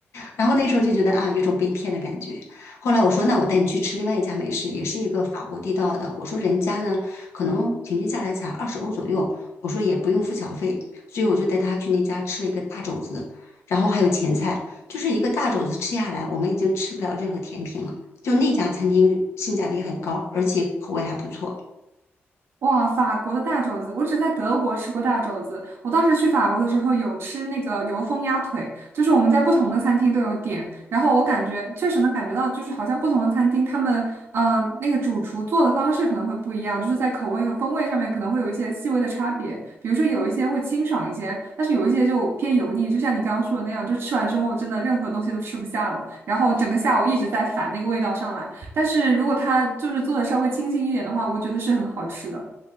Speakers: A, on the left; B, on the right.
A: 然后那时候就觉得啊，有一种被骗的感觉。后来我说，那我带你去吃另外一家美食，也是一个法国地道的。我说人家呢，可能平均下来才二十欧左右，我说也不用付小费，所以我就带他去那家吃了一个大肘子，然后还有前菜，就是一个大肘子吃下来，我们已经吃不了任何甜品了。就那家餐厅性价比很高，而且口味还不错。
B: 哇，法国的大肘子，我只在德国吃过大肘子。我当时去法国的时候有吃那个油封鸭腿，就是我们在不同的餐厅都有点，然后我感觉确实能感觉到，就是好像不同的餐厅他们，嗯、呃那个主厨做的方式可能会不一样，就是在口味和风味上面可能会有一些细微的差别。比如说有一些会清爽一些，但是有一些就偏油腻，就像你刚刚说的那样，就吃完之后真的任何东西都吃不下了，然后整个下午一直在反那个味道上来。但是如果它就是做的稍微清新一点的话，我觉得是很好吃的。